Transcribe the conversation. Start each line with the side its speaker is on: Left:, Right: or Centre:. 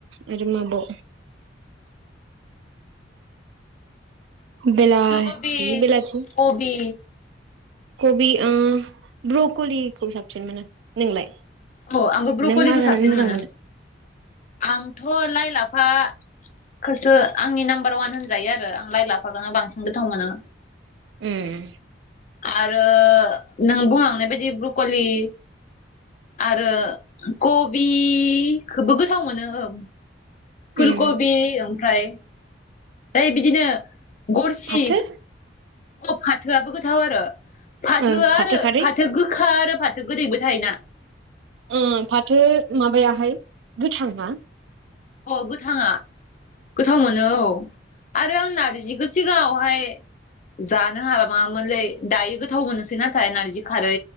Right: आरो माबा बिलाथि
Left: फुलकबि
Right: बेलाथि
Left: कबि
Right: कबि ओ ब्रकलिखौ साबसिन मोनो नोंलाय
Left: औ आंबो ब्रक'लिखौ
Right: नों मा जानानै
Left: साबसिन
Right: मोजां
Left: मोनो आंथ' लाइ लाफा खौसो आंनि नाम्बार ववान होनजायो आरो आं लाइ लाफाखौनो बांसिन गोथाव मोनो।
Right: उम
Left: आरो नों बुंलांनाय बायदि ब्रकलि आरो कबिखौबो गोथाव मोनो ओं। फुल
Right: उम
Left: कबि ओमफ्राय फ्राय बिदिनो गरसि
Right: फाथो
Left: अ फाथोआबो गोथाव आरो फाथो
Right: ओ
Left: आरो
Right: खारै
Left: फाथो गोखा आरो फाथो गोदैबो थायोना।
Right: ओम फाथो माबायाहाय गोथाव ना
Left: अ गोथाङा गोथाव मोनो औ। आरो आं नारजिखौ सिगाङावहाय जानो हाला मामोनलै दायो गोथाव मोनसै नाथाय नारजि खारै